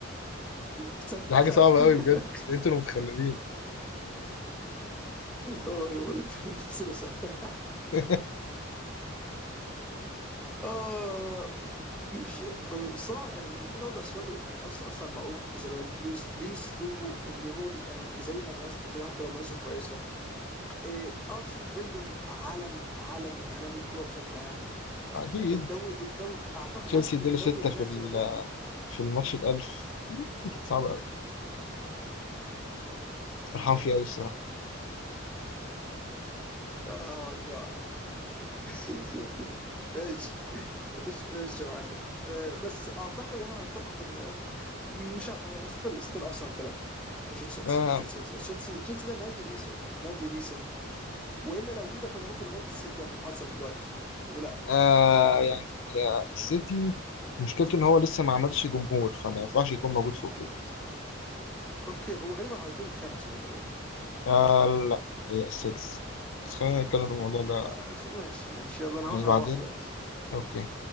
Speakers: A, in the centre; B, on the left.
A: تصدق
B: دي حاجة
A: فعلا
B: صعبة
A: <laughs>
B: قوي بجد انتوا المتخلفين
A: اه يقول لك في بصوره سهله
B: <laughs>
A: اه مش ب- صار يعني من دي برضه اسباب يعني اصلا اصلا معروف بزمان ليه ليه اسلوبه اللي برضه يعني زي مدرسته كده حتى لو مدرسه كويسه إيه، ارسن فينجر عالم عالم من اعلام الكوره بشكل عام
B: اكيد
A: الدوري الدوري اعتقد
B: تشيلسي
A: وزن
B: اداله
A: الدوري
B: ستة
A: اللي
B: في
A: بلا
B: ال-
A: سيما ده
B: في الماتش الألف صعبة قوي فرحان فيه قوي الصراحة
A: اه ماي جاد <laughs> ايش ايش ايش <laughs> يا معلم آه، بس اعتقد انا هتفق ان مش عارف انا ستيل ستيل ارسنال ثلاثه مش تشيلسي
B: آه
A: مش تشيلسي تشيلسي تشيلسي ده نادي ريسنت نادي ريسنت والا لو كده كنا ممكن نحط السيتي في المحادثه من دلوقتي ولا
B: آه يعني يا السيتي مشكلته ان هو لسه ما عملش جمهور فما ينفعش يكون موجود فوق كده
A: اوكي هو غالبا هيكون الخامس باي ذا واي
B: آه لا هي السادس بس خلينا نتكلم في الموضوع ده
A: آه، ماشي ماشي يلا انا
B: يعني
A: هروح
B: بعدين
A: انا هروح دلوقتي
B: اوكي